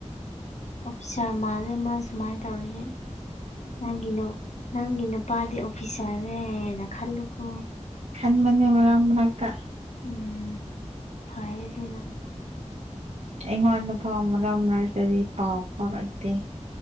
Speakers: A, on the left; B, on the right.
A: ꯑꯣꯐꯤꯁꯥ ꯃꯥꯜꯅꯦꯦ ꯃꯥ ꯁꯨꯃꯥꯏꯅ ꯇꯧꯔꯦ ꯅꯪꯒꯤꯅ ꯅꯪꯒꯤꯅ ꯅꯨꯄꯥꯗꯤ ꯑꯣꯐꯤꯁꯥꯔꯅꯦꯅ ꯈꯜꯂꯨꯀꯣ
B: ꯈꯟꯕꯅꯦ ꯃꯔꯥꯡ ꯃꯔꯅꯥꯛꯇ
A: ꯎꯝ ꯐ ꯑꯗꯨꯅ
B: ꯑꯩꯉꯣꯟꯗ ꯄꯥꯎ ꯃꯔꯛ ꯃꯔꯛꯇꯗꯤ ꯄꯥꯎ ꯐꯥꯎꯔꯛꯇꯦ